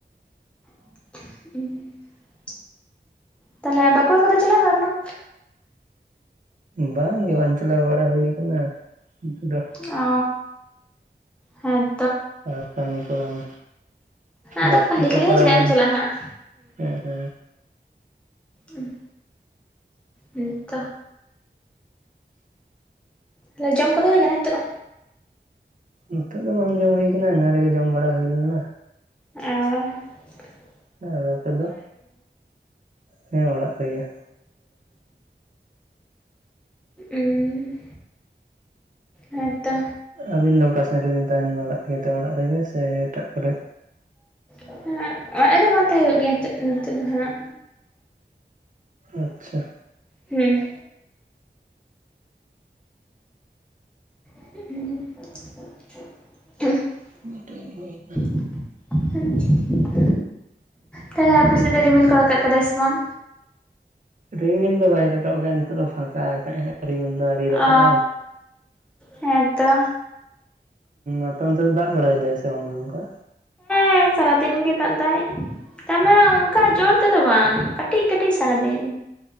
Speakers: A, in the centre; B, on the right.
A: <unintelligible> ᱛᱟᱦᱚᱞᱮ ᱵᱟᱺᱠᱩᱲᱟ ᱠᱚᱫᱚ ᱪᱟᱞᱟᱣ ᱵᱟᱲᱟ ᱠᱟᱱᱟᱢ?
B: ᱵᱟᱝᱜᱮ ᱵᱟᱝ ᱪᱟᱞᱟᱣ ᱵᱟᱲᱟ ᱦᱩᱭ ᱠᱟᱱᱟ, <unintelligible> ᱫᱚ᱾
A: ᱚ ᱦᱮᱸ
B: ᱟᱨ ᱠᱟᱹᱢᱤ ᱠᱚ ᱵᱟᱝ
A: ᱟᱫᱚ
B: ᱞᱟᱹᱠᱛᱤ
A: ᱠᱷᱟᱹᱞᱤ
B: ᱠᱚ
A: ᱠᱷᱟᱹᱞᱤ
B: ᱯᱟᱲᱟᱣ
A: ᱦᱚᱸ ᱪᱮᱫᱟᱜ
B: ᱞᱮᱱ
A: ᱮᱢ ᱪᱟᱞᱟᱜᱼᱟ ᱦᱟᱸᱜ
B: ᱦᱮᱸ ᱦᱮᱸ᱾
A: ᱦᱮᱸ ᱦᱮᱸᱛᱚ ᱛᱟᱦᱚᱞᱮ ᱡᱚᱢ ᱠᱚᱫᱚ ᱦᱩᱭ ᱠᱟᱱᱟ ᱱᱤᱛᱚᱜ?
B: ᱱᱤᱛᱚᱜ ᱫᱚ ᱵᱟᱝ ᱡᱚᱢ ᱦᱩᱭ ᱠᱟᱱᱟ ᱮᱱᱟᱝ ᱨᱮᱜᱮ ᱡᱚᱢ ᱵᱟᱲᱟ ᱦᱩᱭ ᱞᱮᱱᱟ᱾
A: ᱚᱻ
B: ᱟᱨ ᱟᱯᱮ ᱫᱚ, ᱦᱮᱸ ᱚᱲᱟᱜ ᱨᱮᱜᱮ
A: ᱦᱩᱸ ᱦᱮᱸᱛᱚ
B: ᱟᱹᱵᱤᱱ ᱫᱚ ᱚᱠᱟ ᱥᱮᱱ ᱨᱮᱵᱤᱱ ᱛᱟᱦᱮᱱ ᱵᱟᱲᱟᱜ ᱜᱮ ᱮᱴᱟᱜ ᱚᱲᱟᱜ ᱨᱮᱜᱮ ᱥᱮ ᱮᱴᱟᱜ ᱠᱚᱨᱮ
A: <unintelligible> ᱵᱟᱝ ᱛᱟᱦᱮᱸ ᱦᱩᱭᱩᱜ ᱜᱮᱭᱟ ᱱᱤᱛᱚᱜ ᱱᱤᱛᱚᱜ ᱫᱚ ᱦᱟᱸᱜ᱾
B: ᱟᱪᱪᱷᱟ
A: ᱦᱩᱸ <unintelligible>
B: <unintelligible>
A: <unintelligible> ᱛᱟᱦᱚᱞᱮ ᱟᱯᱮ ᱥᱮᱫ ᱫᱚ ᱨᱤᱢᱤᱞ ᱠᱚ ᱨᱟᱠᱟᱵ ᱠᱟᱫᱟᱭ ᱥᱮ ᱵᱟᱝ?
B: ᱨᱤᱢᱤᱞ ᱫᱚ ᱵᱟᱭ ᱨᱟᱠᱟᱵ ᱠᱟᱜᱼᱟ ᱱᱤᱛᱚᱜ ᱫᱚ ᱯᱷᱟᱸᱠᱟ ᱠᱟᱫᱟᱭ ᱨᱤᱢᱤᱞ ᱫᱚ᱾ ᱟᱹᱣᱨᱤ ᱨᱟᱠᱟᱵᱟᱭ
A: ᱚ ᱦᱮᱸᱛᱚ᱾
B: ᱟᱯᱮ ᱚᱱᱛᱮ ᱫᱚ ᱫᱟᱜ ᱵᱟᱲᱟᱭ ᱫᱟᱭ ᱥᱮ ᱵᱟᱝᱟ ᱚᱱᱠᱟ?
A: ᱦᱮᱸ ᱥᱟᱨᱟᱫᱤᱱ ᱜᱮ ᱫᱟᱜ ᱫᱟᱭ᱾ ᱛᱟᱨᱢᱟᱱᱮ ᱚᱱᱠᱟ ᱡᱳᱨ ᱛᱮᱫᱚ ᱵᱟᱝ ᱠᱟᱹᱴᱤᱡ ᱠᱟᱹᱴᱤᱡ ᱥᱟᱨᱟᱫᱤᱱ᱾